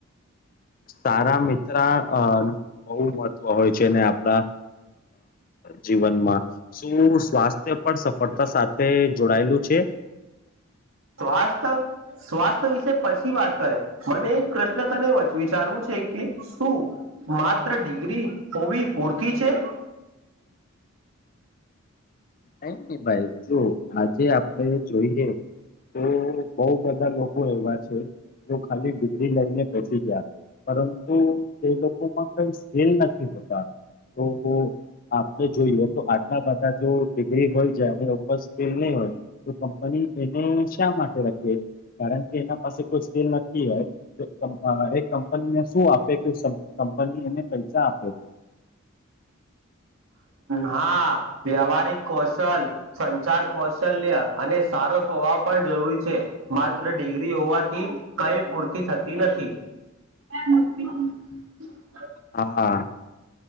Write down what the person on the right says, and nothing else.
તો આજકલ સ્વાસ્થ વિશે પછી વાત કરે મને એક પ્રશ્ન તને વિચારવું છે કે શું માત્ર ડિગ્રી હોવી પૂરતી છે?
હા વ્યવહારિક કૌશલ સંચાર કૌશલ્ય અને સા સારો સ્વભાવ પણ જરૂરી છે માત્ર ડિગ્રી હોવાથી કઈ પૂરતી થતી નથી <unintelligible>